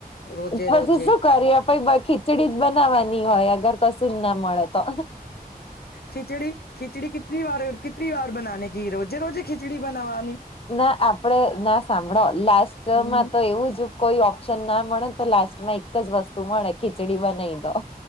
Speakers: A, on the left (about 80°); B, on the left (about 35°).
A: રોજે
B: હ.. પછી
A: રોજે
B: શું કરીયે પહી બખી ખીચડી જ બનાવવાની હોય અગર કશું જ ના મળે તો
A: ખિચડી, ખીચડી કિતની વારે, કિતની બાર બનાને કિ રોજે-રોજે ખિચડી બનવાની.
B: ના, આપડે ના સાંભળો લાસ્ટમાં
A: હમ
B: તો એવું જ કોઈ ઓપ્શન ના મળે તો લાસ્ટમાં એક જ વસ્તુ મળે, ખીચડી બનાય